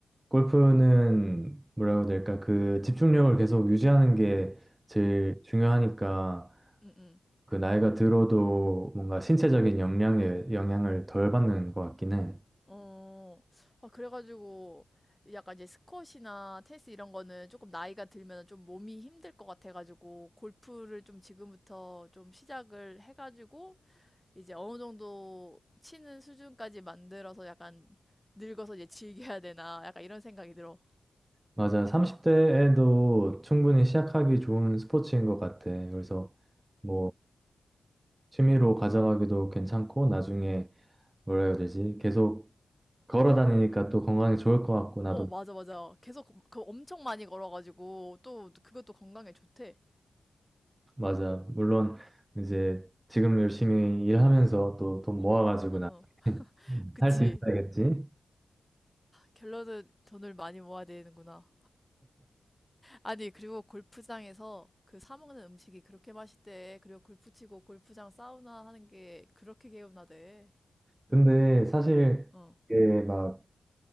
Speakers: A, on the right; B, in the centre.
A: 골프는 뭐라고 해야 될까? 그 집중력을 계속 유지하는 게 제일 중요하니까
B: 응, 응.
A: 그 나이가 들어도 뭔가 신체적인 역량에 영향을 덜 받는 것 같긴 해.
B: 어, 아, 그래가지고, 약간 이제 스쿼시나 테니스 이런 거는 조금 나이가 들면 좀 몸이 힘들 것 같아가지고, 골프를 좀 지금부터 좀 시작을 해가지고, 이제 어느 정도 치는 수준까지 만들어서 약간 늙어서 이제 즐겨야 되나, 약간 이런 생각이 들어.
A: 맞아. 30대에도 충분히 시작하기 좋은 스포츠인 것 같아. 그래서 음. 뭐 취미로 가져가기도 괜찮고 나중에 뭐라 해야 되지? 계속 걸어 다니니까 또 건강에 좋을 것 같고 나도
B: 어, 맞아, 맞아. 계속 그, 그 엄청 많이 걸어가지고, 또 그것도 건강에 좋대.
A: 맞아. 물론 이제 지금 열심히 일하면서 또 돈 모아가지고
B: 어, 어.
A: 나 음.
B: 그치.
A: 할수 <laughs> 있어야겠지.
B: 결론은 돈을 많이 모아야 되는구나. 아니, 그리고 골프장에서 그 사 먹는 음식이 그렇게 맛있대. 그리고 골프 치고 골프장 사우나 하는 게 그렇게 개운하대.
A: 근데 사실
B: 어.
A: 이게 막